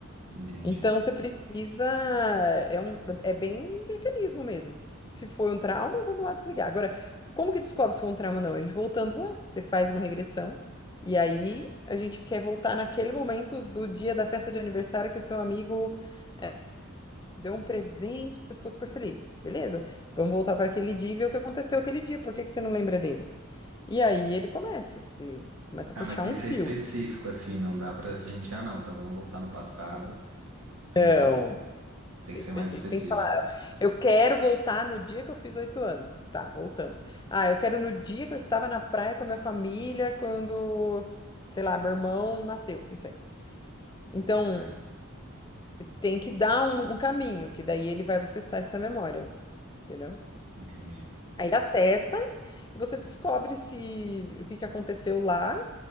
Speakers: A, on the right; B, on the left.
A: Entendi.
B: Então você precisa. É, um, é bem um mecanismo mesmo. Se foi um trauma, vamos lá desligar. Agora, como que descobre se foi um trauma ou não? A gente voltando lá, você faz uma regressão, e aí a gente quer voltar naquele momento do dia da festa de aniversário que o seu amigo eh, deu um presente, que você ficou super feliz. Beleza? Vamos voltar para aquele dia e ver o que aconteceu aquele dia. Por que que você não lembra dele? E aí ele começa, se começa
A: Ah,
B: a puxar
A: mas tem
B: um
A: que ser
B: fio.
A: específico, assim, não dá pra gente, ah, não, só vamos voltar no passado. Tem
B: Então,
A: com, tem
B: específico.
A: que ser mais específico.
B: Tem que falar. Eu quero voltar no dia que eu fiz oito anos. Tá, voltamos. Ah, eu quero no dia que eu estava na praia com a minha família, quando, sei lá, meu irmão nasceu, não sei. Então,
A: Certo,
B: tem que dar um, um caminho, que daí ele vai acessar essa memória, entendeu?
A: entendi.
B: Aí ele acessa e você descobre se o que que aconteceu lá.